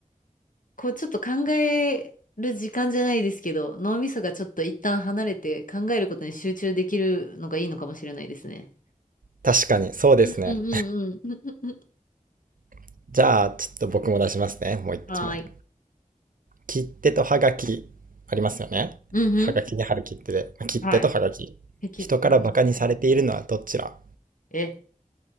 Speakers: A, on the left; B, on the right.
A: こうちょっと考える時間じゃないですけど、脳みそがちょっと一旦離れて考えることに集中できるのがいいのかもしれないですね。
B: 確かに、そうですね。
A: うんうんうんうん。
B: <laughs> じゃあ、ちょっと僕も出しますね。
A: <laughs>
B: もう一問。
A: はーい。
B: 切手とはがき、ありますよね。
A: うんうん。
B: はがきに貼る切手で。切手とはがき。
A: はい。敵ってたぬき。
B: 人からバカにされているのはどちら
A: え、